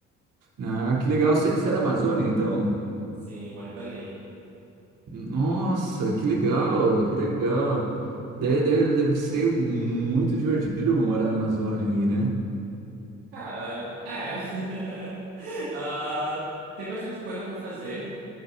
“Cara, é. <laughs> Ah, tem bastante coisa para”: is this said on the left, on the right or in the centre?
Right